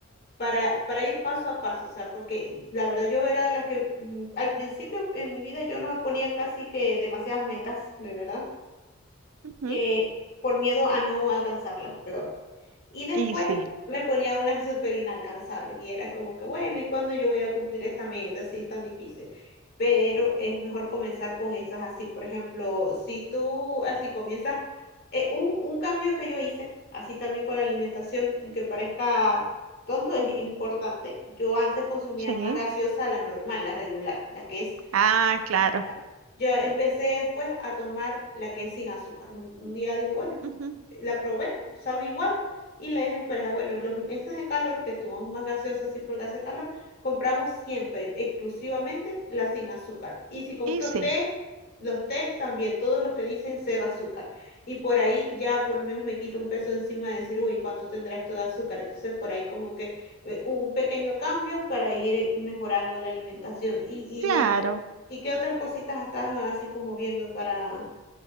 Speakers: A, on the left; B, on the right.
A: para, para ir paso a paso, o sea, porque la verdad yo era de las que mm, al principio en mi vida yo no me ponía casi que demasiadas metas, de verdad
B: ujú,
A: eh, por miedo a no alcanzarlas, peor. Y después
B: Y sí,
A: me ponía unas súper inalcanzables y era como que, bueno, ¿y cuándo yo voy a cumplir esta meta si es tan difícil? Pero es mejor comenzar con esas así. Por ejemplo, si tú así comienzas, eh, un, un cambio que yo hice, así también con la alimentación, que parezca tonto, es importante. Yo antes consumía
B: sí,
A: más gaseosa la normal, la regular, la que es
B: ah, claro.
A: la- yo empecé después a tomar la que es sin azúcar. Un, un día dije, bueno,
B: ujú,
A: la probé, sabe igual, y le dije a mi pareja, bueno, los meses de calor que tomamos más gaseosa así por gas de calor, compramos siempre exclusivamente la sin azúcar. Y si compro
B: Y sí,
A: té, los tés también, todos los que dicen cero azúcar. Y por ahí ya por lo menos me quito un peso encima de decir, uy, ¿cuánto tendrá esto de azúcar? Entonces por ahí como que eh, un pequeño cambio para ir eh, mejorando la alimentación. Y, y
B: claro.
A: ¿Y qué otras cositas estás así como viendo para...